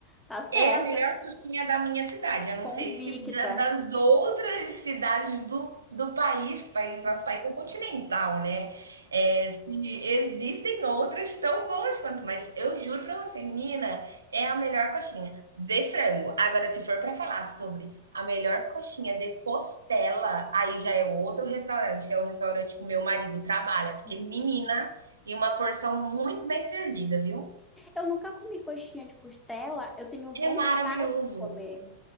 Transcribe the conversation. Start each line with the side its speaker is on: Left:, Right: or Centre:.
Centre: Tá certa,
Right: É a melhor coxinha da minha cidade. Eu não
Centre: convicta.
Right: sei se da- das outras cidades do, do país, país, nosso país é continental, né? É, se existem outras tão boas quanto, mas eu juro pra você, menina, é a melhor coxinha de frango. Agora, se for pra falar sobre a melhor coxinha de costela, aí já é outro restaurante, que é o restaurante que o meu marido trabalha, porque
Centre: Hum.
Right: menina, e uma porção muito bem servida, viu?
Centre: Eu nunca comi coxinha de costela, eu tenho vontade
Right: É maravilhoso.
Centre: de comer.